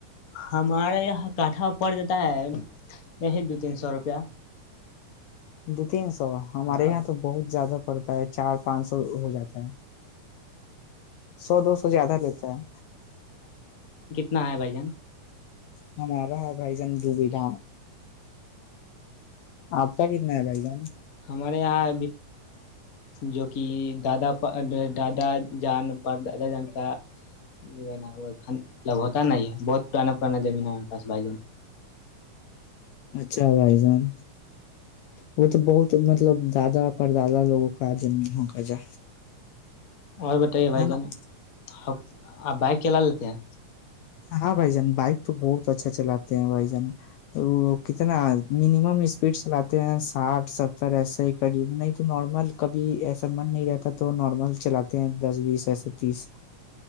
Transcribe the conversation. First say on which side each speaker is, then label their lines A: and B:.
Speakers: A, on the left (about 65°); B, on the left (about 80°).
A: ہمارا یہاں کاٹھا پڑ جاتا ہے یہی دو تین سو روپیہ
B: دو تین سو ہمارے
A: ہاں
B: یہاں تو بہت زیادہ پڑتا ہے چار پانچ سو ہو جاتا سو دو سو زیادہ لیتا ہے
A: نہ ہے بھ جان
B: ہ رہ ہ بھائی جان ڈب گا آپ کا کتنا ہے بھائی جان
A: ہمارے یہاں جو کہ دادا دادا جان پر دادا جان کاطلب ہوتا ن بہت پرانا پرانا زمین ہمارے پاس بھائی جان
B: اچھا بھائی جان وہ تو بہت مطلب دادا پر دادا لوگوں کا زمین ہو کر جا
A: اور بتائے بھائی
B: ہے نا
A: جان آپ بائک چلا لیتے ہیں
B: ہاں بھائی جان بائک تو بہت اچھا چلاتے ہیں بھائی جان وہ کتنا منیمم اسپیڈ چلاتے ہیں ساٹھ ستر ایسے ہی قریب نہیں تو نارمل کبھی ایسا من نہیں رہتا تو نارمل چلاتے ہیں دس بیس ایسے تیس